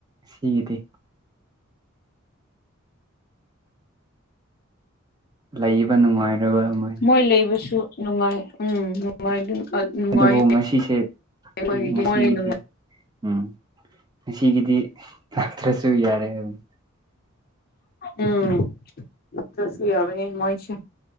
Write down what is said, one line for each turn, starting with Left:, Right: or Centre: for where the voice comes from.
Right: ꯁꯤꯗꯤ ꯂꯩꯕ ꯅꯨꯡꯉꯥꯏꯔꯔꯣꯏ ꯑꯃ
Left: ꯃꯣꯏ ꯂꯩꯕꯁꯨ ꯅꯨꯡꯉꯥꯏ ꯎꯝ ꯅꯨꯡꯉꯥꯏ <unintelligible> ꯅꯨꯡꯉꯥꯏꯌꯦ
Right: ꯑꯗꯨꯕꯨ ꯉꯁꯤꯁꯦ
Left: ꯑꯩꯈꯣꯏꯒꯤꯗꯤ
Right: ꯉꯁꯤꯒꯤꯗꯤ
Left: ꯃꯣꯏ
Right: ꯎꯝ ꯉꯁꯤꯒꯤꯗꯤ ꯂꯥꯛꯇ꯭ꯔꯁꯨ ꯌꯥꯔꯦ ꯍꯥꯏꯕꯅꯤ
Left: ꯎꯝ ꯂꯥꯛꯇ꯭ꯔꯁꯨ ꯌꯥꯕꯅꯦ ꯃꯣꯏꯁꯦ